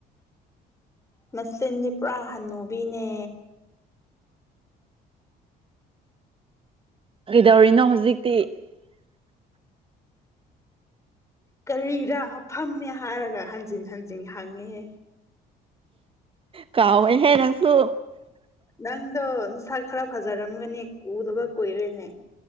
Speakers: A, on the left (about 15°); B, on the right (about 30°).
A: ꯃꯆꯤꯟꯁꯦ ꯄꯨꯔꯥ ꯍꯟꯅꯨꯕꯤꯅꯦ
B: ꯀꯩꯗꯧꯔꯤꯅ ꯍꯧꯖꯤꯛ <unintelligible>
A: ꯀꯔꯤꯔ ꯍꯥ ꯐꯝꯃꯦ ꯍꯥꯏꯔꯒ ꯍꯟꯖꯤꯟ ꯍꯟꯖꯤꯟ ꯍꯪꯉꯦ
B: ꯀꯥꯎꯋꯦꯍꯦ ꯅꯪꯁꯨ
A: ꯅꯪꯗꯣ ꯁꯥ ꯈꯔ ꯐꯖꯔꯝꯒꯅꯤ ꯎꯗꯒ ꯀꯨꯏꯔꯦꯅꯦ